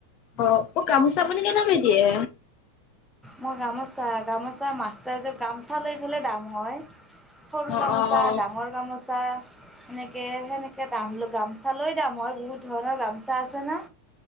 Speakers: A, on the left (about 30°); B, in the centre.
A: অহ, অহ, গামোচা আপুনি কেনেকে দিয়ে?
B: মই গামোচা, গামোচা মাচৰাজৰ গামচা লৈ পেলাই দাম হয়। সৰু
A: অ
B: গামোচা,
A: অ অ
B: ডাঙৰ গামোচা। সেনেকে, সেনেকে দাম গামচা লৈ দাম হয়, বহুত ধৰণৰ গামচা আছে না।